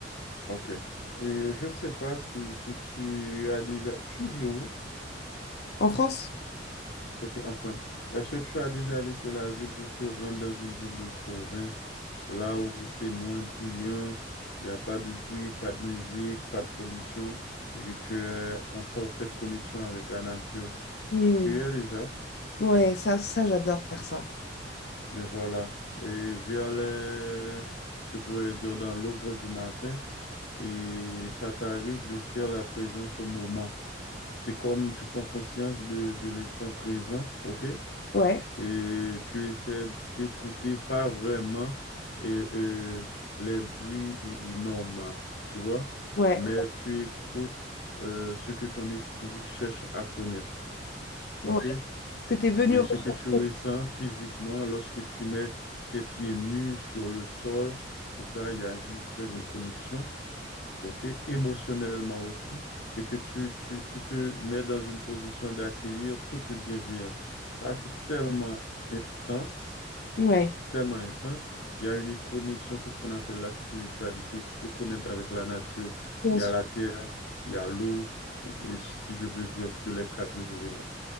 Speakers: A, on the left; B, on the left.
A: OK. Et euh, je ne sais pas si, si tu as déjà... Tu vis où?
B: En France,
A: Ok, enfin, est-ce que tu as déjà laissé la ville pour te rendre dans une ville de province, là où c'est moins bruyant, il n'y a pas de bruit, pas de musique, pas de pollution, et que tu es en parfaite connexion avec la nature?
B: Hmm.
A: Tu y es déjà,
B: Ouais, ça, ça j'adore faire ça.
A: ben voilà, et vers les, je pourrais dire dans l'aube du matin, et ça t'arrive de faire la présence au moment. C'est comme tu prends conscience de, de l'instant présent, ok?
B: Ouais,
A: et tu essaies d'écouter pas vraiment euh, euh, les bruits i- i- normaux, tu vois,
B: ouais,
A: mais tu écoutes euh, ce que ton esprit cherche à connaître,
B: ouais.
A: ok?
B: Ce que tu es venu
A: Et
B: rechercher.
A: ce que tu ressens physiquement lorsque tu mets tes pieds nus sur le sol, tout ça, il y a une très grande connexion, ok? Émotionnellement aussi. Et que tu, tu, tu te mets dans une position d'accueillir toute bienveillance. Ça, c'est tellement intense
B: Ouais,
A: c'est tellement intense. Il y a une connexion, c'est ce qu'on appelle la spiritualité. Tu te connectes avec la nature.
B: bien
A: Il y
B: sûr.
A: a la terre, il y a l'eau, et, et si je peux dire que les quatre éléments.